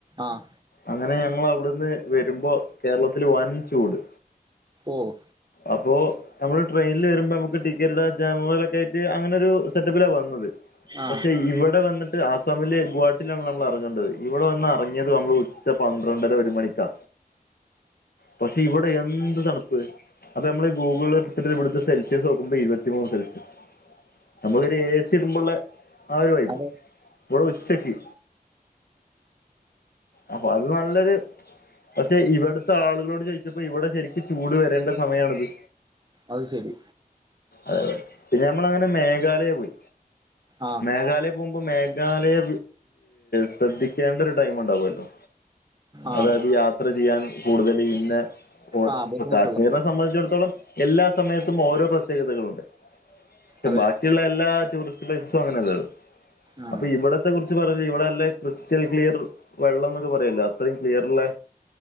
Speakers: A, on the right; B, on the left.
A: ആഹ്
B: അങ്ങനെ ഞങ്ങള് ഔട്ന്ന് വെരുമ്പോ കേരളത്തില് വൻ ചൂട്
A: ഓഹ്
B: അപോ ന ശരിമ്മള് ട്രെയിനില് വെരുമ്പോ നമ്മക്ക് ടിക്കറ്റ് ജനെറലൊകായ്റ്റ് അങ്ങനെ ഒരു സെറ്റപ്പിലാ വന്നത്.
A: ആ
B: പക്ഷെ ഇവിടെ വന്നിട്ട് ആസാമില് ഗുഹാട്ടിലാണ് അമ്മള് എറങ്ങേണ്ടത്, ഇവിടെ വന്ന് അറങ്ങിയതു അമ്മള് ഉ ച്ച പന്ത്രണ്ടര ഒരു മണിക്കാ പഷേ ഇവിടെ എന്ത് തൺപ്പ് അത് അമ്മള് ഈ ഗൂഗ്ള് എട്ത്തിട്ട് ഇവിടുത്തെ സെൽശ്യസ് നോക്കുമ്പോ ഇരുപത്തിമൂന്ന് സെൽശ്യസ്. അമ്മക് ഒരു എ. സി ഇടുമ്പമ്പോള്ളെ ആ ഒരു വൈബ്
A: അതെ
B: ഇവ്ടെ ഉച്ചക്ക് അപ്പൊ അത് നല്ലൊര് പഷേ ഇവട്ത്തെ ആളുകളോട് ചോയ്ച്ചപ്പം ഇവിടെ ശെരിക്ക് ചൂട് വരേണ്ട സമയാണിത്.
A: അത് ശെരി.
B: അതെ തെ പിന്നെ ഞമ്മള് അങ്ങനെ മേഘാലയ പോയി.
A: ആ
B: മേഘാലയ ഇത് മുമ്പ് മേഘാലയ ശ്രദ്ധിക്കേണ്ട ഒരു ടൈം മുണ്ടാവുല്ലോ
A: ആ
B: അതായത് യാത്ര ചെയ്യാൻ കൂടുതല് ഇന്നെ ഇപോൾ
A: ആ ബുദ്ധിമുട്ടുള്ള
B: കാശ്മീരിനെ
A: സമയം
B: സംബന്ധിച്ച്ടത്തോളം എല്ലാ സമയത്തും ഓരോ പ്രത്യേകതകളുണ്ട് <unintelligible>
A: അതെ
B: ബാക് ക്കിള്ളെല്ലാ എല്ലാ ടൂറിസ്റ്റ് പ്ലേസും അങ്ങനെ അല്ലല്ലോ
A: ആ
B: അപ്പൊ ഇവിടത്തെ കുറിച്ച് പറഞ്ഞ ഇവിടെ അല്ലെ ക്രിസ്റ്റൽ ക്ലിയർ വെള്ളം ന്നൊക്കെ പറയല്ലോ അത്രയും ക്ലിയറിള്ളെ